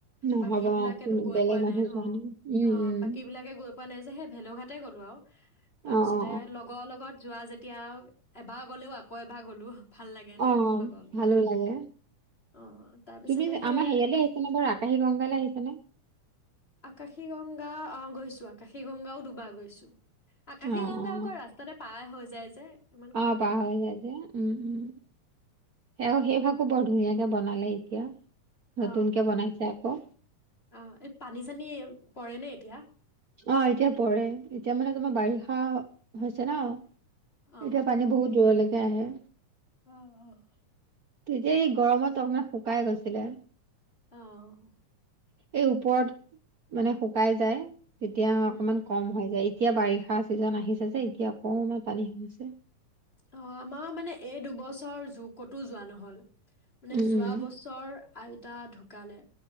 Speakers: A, on the right; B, on the left.
A: নহ'ব
B: বাকী বিলাক
A: কোনো
B: এইটো গৈ
A: বেলেগ
B: পোৱা
A: মানুহ
B: নাই
A: যোৱা
B: অ,
A: উম
B: অ
A: উম
B: বাকীবিলাকে গৈ পোৱা নাই যে হে ভেলুঘাটেই গ'লো আৰু তাৰপিছতে
A: অ অ
B: লগৰ লগত যোৱা যেতিয়া এবাৰ গ'লেও আকৌ এবাৰ গ'লো। ভাল লাগে ন
A: অ
B: লগৰ লগত
A: ভালো লাগে
B: অঁ তাৰপিছতে
A: তুমি
B: সেই
A: আমাৰ হেৰিয়ালে আহিছা নে বাৰু আকাশী গংগালৈ আহিছা?
B: আকাশী গং- গা, অ', গৈছোঁ আকাশী গংগাও দুবাৰ গৈছোঁ। আকাশী
A: অ
B: গংগা
A: অ
B: আকৌ ৰাস্তাতে পাৰ হৈ যায় যে ইমান কথা
A: অ', পাৰ
B: নাই
A: হৈ যায় যে, উম, উম, সে-সেই ভাগো বৰ ধুনীয়াকে বনালে এতিয়া নতুনকে
B: অ
A: বনাইছে আকৌ
B: অ এই পানী চানী পৰে ন এতিয়া
A: অ', এতিয়া পৰে, এতিয়া মানে তোমাৰ বাৰিষা হৈ-হৈছে ন'।
B: অ'।
A: এতিয়া পানী বহুত দূৰৰ লে সেয়াহে
B: অ', অ'।
A: তেতিয়া এই গৰমত অকণমান শুকাই গৈছিলে।
B: অ'।
A: এই ওপৰত মানে শুকাই যায়। তেতিয়া অকমান
B: উম, উম,
A: কম হৈ যায়‌ এ এতিয়া বাৰিষাৰ ছিজন আহিছে যে, এতিয়া অকণমান পানী হৈছে।
B: অ', আমাৰ মানে এই দুবছৰ যু-ক'তো যোৱা নহ'ল। মানে
A: উম
B: যোৱা বছৰ আইতা ঢুকালে,